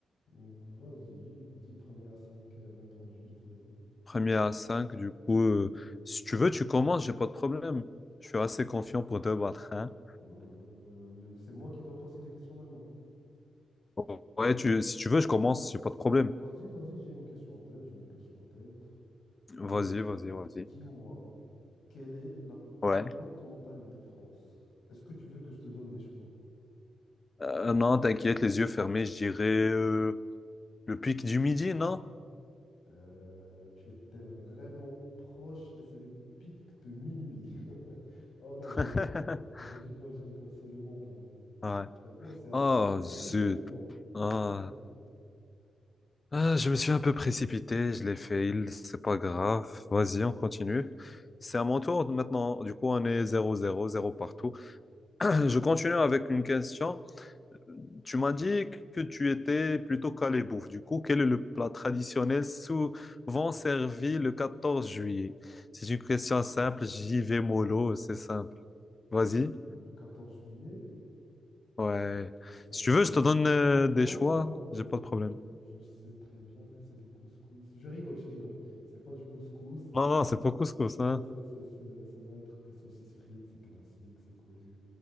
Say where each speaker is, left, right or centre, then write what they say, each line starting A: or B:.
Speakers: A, on the left; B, on the left.
A: Vas-y, vas-y, premier à 5, réponses justes, vas-y.
B: Premier à cinq du coup, euh, si tu veux, tu commences, j'ai pas de problème. Je suis assez confiant pour te battre, hein.
A: Euh, c'est moi qui dois poser les questions maintenant.
B: <laughs> Ouais, tu... si tu veux, je commence, j'ai pas de problème.
A: Euh, Vas-y, vas-y, j'ai une question en tête, j'ai une question en tête. Alors,
B: Vas-y, vas-y, vas-y.
A: dis-moi, quelle est la
B: Ouais.
A: plus haute montagne de France? Est-ce que tu veux que je te donne des choix?
B: Euh, non, t'inquiète, les yeux fermés, je dirais euh, le pic du midi, non?
A: Euh, tu étais vraiment proche, mais c'est le pic de minuit. <laughs> Oh non,
B: <laughs>
A: je rigole. Je rigole, je rigole. C'est le Mont Blanc.
B: Ouais.
A: Frérot, c'est assez
B: Oh,
A: connu,
B: zut.
A: le Mont Blanc.
B: Ah.
A: Ouais.
B: Ah, je me suis un peu précipité, je l'ai fait, il, c'est pas grave.
A: Ben,
B: Vas-y,
A: c'est-
B: on continue. C'est à mon tour maintenant. Du coup, on est zéro zéro zéro partout. <clears throat> Je continue avec une question. Tu m'as dit que tu étais plutôt calé bouffe. Du coup, quel est le plat traditionnel souvent servi le 14 juillet? C'est une question simple, j'y vais mollo, c'est simple. Vas-y.
A: euh, le 14 juillet,
B: Ouais.
A: ben, ça
B: Si
A: doit
B: tu veux,
A: être-
B: je te donne euh,
A: Non,
B: des choix,
A: non, je,
B: j'ai pas
A: je-
B: de problème.
A: je- je sais très bien que c'est le couscous. Je rigole, je rigole. C'est pas du couscous.
B: Non, non, c'est
A: Euh,
B: pas couscous,
A: ouais,
B: hein.
A: ça, ça- ça- ça doit être des saucisses frites, c'est classique, c'est connu.